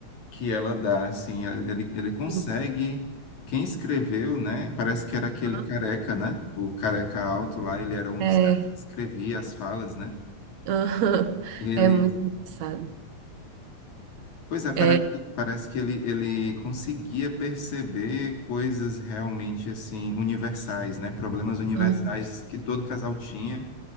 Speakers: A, on the left; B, on the right.
A: que ela dá, assim, ela- ele, ele consegue,
B: Sim.
A: quem escreveu, né, parece que era aquele
B: Aham.
A: careca, né, o careca alto lá, ele era um
B: É,
A: dos caras que escrevia as falas, né,
B: <laughs> aham.
A: ele
B: É muito engraçado.
A: Pois é, parece
B: É,
A: que, parece que ele, ele conseguia perceber coisas realmente assim universais, né? Problemas universais
B: aham,
A: que todo casal tinha